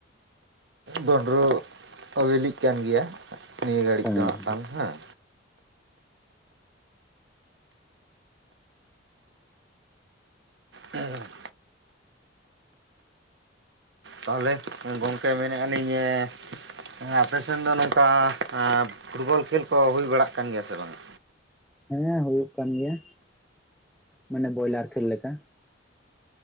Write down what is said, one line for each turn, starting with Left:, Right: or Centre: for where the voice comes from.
Right: ᱵᱚᱸᱰᱨᱳ ᱚ ᱵᱤᱞᱤᱜ ᱠᱟᱱ ᱜᱮᱭᱟ ᱱᱤᱭᱟᱹ ᱜᱷᱟᱹᱲᱤᱡ
Centre: ᱦᱳᱭ
Right: ᱫᱚ ᱦᱟᱸᱜ ᱵᱟᱝ ᱦᱮᱸ᱾ ᱦᱩᱸ ᱛᱟᱦᱚᱞᱮ ᱜᱚᱢᱠᱮ ᱢᱮᱱᱮᱫ ᱟᱹᱱᱤᱧ ᱦᱮᱸ ᱟᱯᱮ ᱥᱮᱱ ᱫᱚ ᱱᱚᱝᱠᱟ ᱯᱷᱩᱴᱵᱚᱞ ᱠᱷᱮᱞ ᱠᱚ ᱦᱩᱭ ᱵᱟᱲᱟᱜ ᱠᱟᱱ ᱜᱮᱭᱟ ᱥᱮ ᱵᱟᱝᱟ?
Centre: ᱦᱮᱸ ᱦᱩᱭᱩᱜ ᱠᱟᱱ ᱜᱮᱭᱟ ᱢᱟᱱᱮ ᱵᱚᱭᱞᱟᱨ ᱠᱷᱮᱞ ᱞᱮᱠᱟ